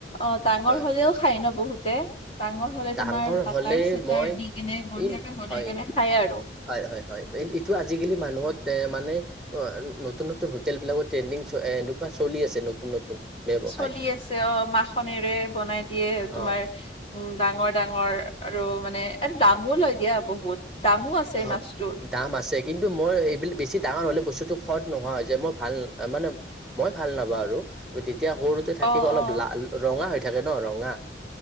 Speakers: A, on the left (about 35°); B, in the centre.
A: অ', ডাঙৰ
B: হয়।
A: হ'লেও খাই ন বহুতে, ডাঙৰ হ'লে
B: ডাঙৰ
A: তোমাৰ বাটাৰ
B: হ'লে
A: চাটাৰ
B: মই
A: দি কেনে বঢ়িয়াকে
B: এই
A: বনাই
B: হয়,
A: কেনে খাই আৰু।
B: হয়, হয়, হয়, এইটো আজিকালি মানুহত এ, মানে অ', নতুন, নতুন হোটেলবিলাকত ট্ৰেইনিং চ এনেকুৱা চলি আছে নতুন, নতুন। ব্যৱসায়।
A: চলি আছে অ', মাখনেৰে বনাই দিয়ে তোমাৰ
B: অ',
A: উম, ডাঙৰ, ডাঙৰ আৰু মানে আৰু দামো লয় দিয়া বহুত। দামো আছে
B: হয়
A: মাছটোৰ।
B: দাম আছে কিন্তু মই এইবিলাক বেছি ডাঙৰ হ'লে বস্তুটো সোৱাদ নোহোৱা হৈ যায়, মই ভাল মানে মই ভাল নাপাওঁ আৰু তেতিয়া সৰু তে থাকিব
A: অ
B: লা
A: অ
B: অলপ ৰঙা হৈ থাকে ন ৰঙা!